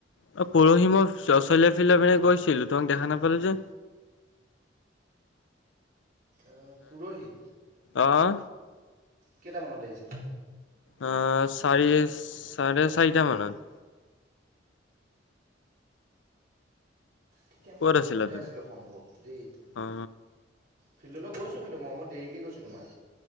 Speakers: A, on the left; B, on the right.
A: অহ পৰহি মই ল'ৰা ছোৱালী ফিল দৰ পিনে গৈছিলোঁ তোমাক দেখা নাপালোঁ যে।
B: অহ পৰহি।
A: আহ।
B: কেইটামানত আহিছিলে।
A: অহ চাৰি চাৰে চাৰিটা মানত।
B: তেতিয়া
A: ক'ত
B: মই ঘৰতে
A: আছিলা তুমি?
B: আছিলোঁ সম্ভৱ দেই।
A: অ
B: ফিললৈ গৈছো কিন্তু ম মই দেৰিকে গৈছো তোমাৰ।